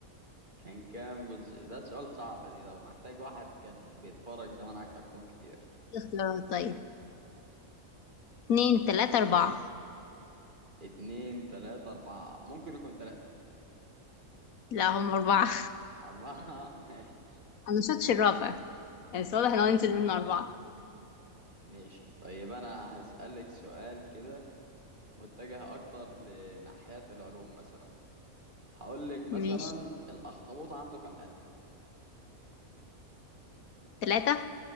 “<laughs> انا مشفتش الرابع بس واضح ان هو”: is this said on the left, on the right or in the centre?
Left